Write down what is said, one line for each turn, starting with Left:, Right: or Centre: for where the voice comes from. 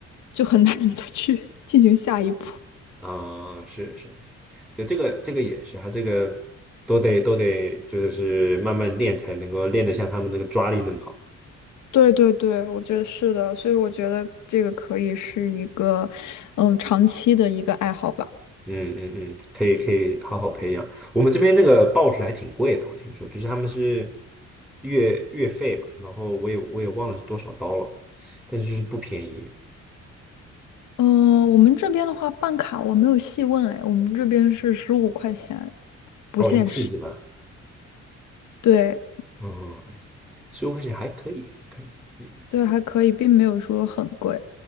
Left: 就很难 <laughs> 再去进行下一步。
Centre: 啊、是是是，对，这个这个也是，他这个都得都得就是慢慢练才能够练得像他们那个抓力那么好。
Left: 对对对，我觉得是的，所以我觉得这个可以是一个，嗯，长期的一个爱好吧。
Centre: 嗯嗯嗯，可以可以好好培养。我们这边那个报纸还挺贵的，我听说，就是他们是月月费嘛，然后我也我也忘了是多少刀了，但是就是不便宜
Left: 嗯、我们这边的话，办卡我没有细问哎，我们这边是十五块钱，不限时。
Centre: 哦，一次是吧？
Left: 对
Centre: 嗯嗯，十五块钱还可以，还可以，嗯
Left: 对，还可以，并没有说很贵。